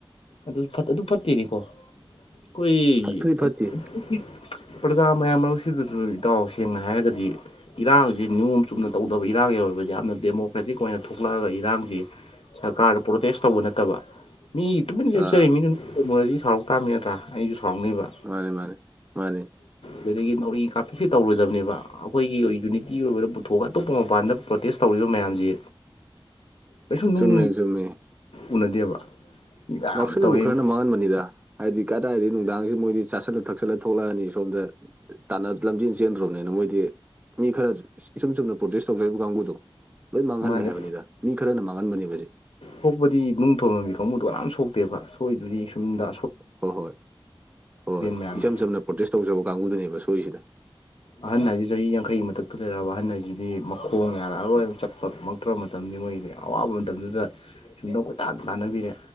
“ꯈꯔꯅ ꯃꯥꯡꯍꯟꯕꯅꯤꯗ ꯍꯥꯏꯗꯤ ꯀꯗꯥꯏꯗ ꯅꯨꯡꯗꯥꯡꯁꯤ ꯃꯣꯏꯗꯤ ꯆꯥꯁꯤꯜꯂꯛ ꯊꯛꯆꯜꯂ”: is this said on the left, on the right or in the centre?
Right